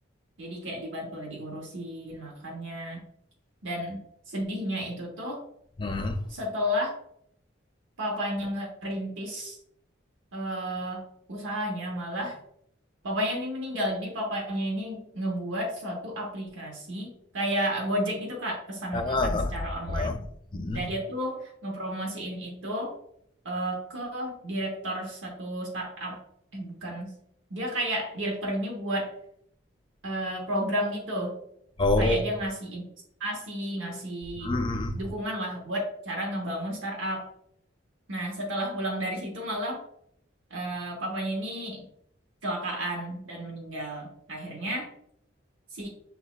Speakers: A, on the right; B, on the left.
A: Jadi kayak dibantu lah diurusin makannya. Dan sedihnya itu tuh
B: Hmm.
A: setelah papanya ngerintis eh, usahanya malah papanya ini meninggal. Jadi papanya ini ngebuat suatu aplikasi kayak Gojek gitu Kak, pesan
B: Ah,
A: makan
B: ah,
A: secara online.
B: ah. Hmm.
A: Dan dia tuh ngepromosiin itu eh, ke direktur satu startup. Eh bukan, dia kayak direktur ini buat eh, program gitu.
B: Oh,
A: Kayak dia ngasih investasi, ngasih
B: Hmm.
A: dukungan lah buat cara ngebangun startup. Nah, setelah pulang dari situ malah eh, papanya ini kecelakaan dan meninggal. Akhirnya si